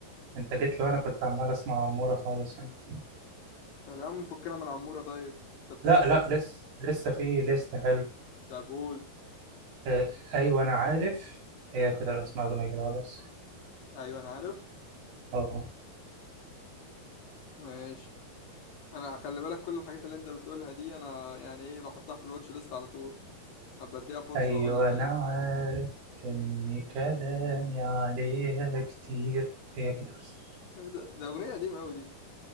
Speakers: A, on the right; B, on the left.
A: انت جيت لي وانا كنت عمال اسمع عمورة خالص يعني
B: طب يا عم فكنا من عمورة طيب طب
A: لا
B: تسمع
A: لا لسه لسه في ليست حلو
B: طب قول
A: اه ايوه انا عارف هي كده الاسماء اغنية كده خلاص
B: ايوه انا عارف
A: اه
B: ماشي انا خلي بالك كل الحاجات اللي انت بتقولها دي انا يعني ايه بحطها في الواتش ليست على طول هبقى اديها فرصة
A: ايوه
B: واقول لك
A: انا
B: يعني
A: عارف ان كلامي عليها كتير هي كده بس
B: ايه ده ده اغنية قديمة قوي دي